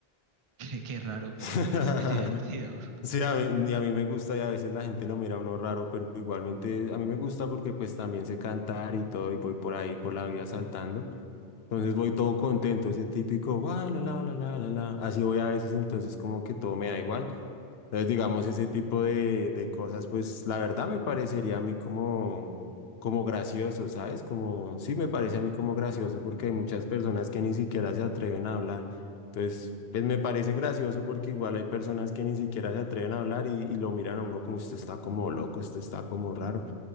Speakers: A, on the right; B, on the left.
A: <laughs> que, que es raro, pero
B: <laughs>
A: es, es divertido.
B: Sí, a mí, y a mí me gusta y a veces la gente lo mira a uno raro, pero igualmente a mí me gusta porque pues también sé cantar y todo y voy por ahí por la vida saltando. Entonces voy todo contento, ese típico, "Guau, la, la, la, la, la, la". Así voy a veces, entonces como que todo me da igual. Entonces, digamos,
A: <laughs>
B: ese tipo de, de cosas, pues la verdad me parecería a mí como, como gracioso, ¿sabes? Como, sí me parece a mí como gracioso porque hay muchas personas que ni siquiera se atreven a hablar. Entonces, pues me parece gracioso porque igual hay personas que ni siquiera se atreven a hablar y, y lo miran a uno como usted está como loco, usted está como raro.